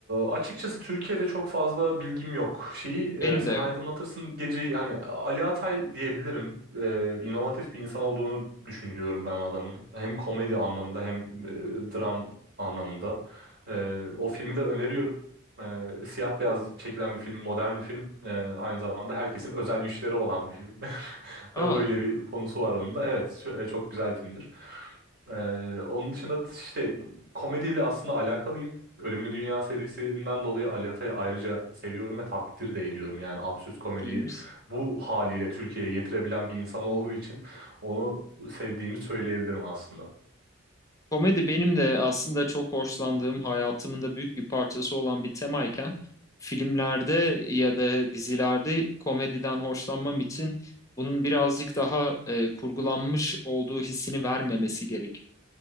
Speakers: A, on the right (about 50°); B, on the left (about 15°).
A: açıkçası Türkiye'de çok fazla bilgim yok. Şeyi
B: Benim
A: e, sen
B: de yok.
A: aydınlatırsın geceyi hani Ali Atay diyebilirim. Ee, inovatif bir insan olduğunu düşünüyorum ben o adamın. Hem komedi anlamında hem e, dram anlamında. Ee, o filmi de öneriyorum. Ee, siyah beyaz çekilen bir film, modern bir film. Ee, aynı zamanda herkesin özel güçleri olan bir film. <laughs>
B: Aa,
A: Ö- Öyle bir konusu var onun da. Evet, şu- e, çok güzel bir filmdir. Ee, onun dışında işte komediyle aslında alakalıyım. Ölümlü Dünya serisinden dolayı Ali Atay'ı ayrıca seviyorum ve takdir de ediyorum. Yani absürt komediyi
B: çok iyiymiş.
A: bu haliyle Türkiye'ye getirebilen bir insan olduğu için onu sevdiğimi söyleyebilirim aslında.
B: Komedi benim de aslında çok hoşlandığım, hayatımın da büyük bir parçası olan bir temayken filmlerde ya da dizilerde komediden hoşlanmam için bunun birazcık daha e, kurgulanmış olduğu hissini vermemesi gerekiyor.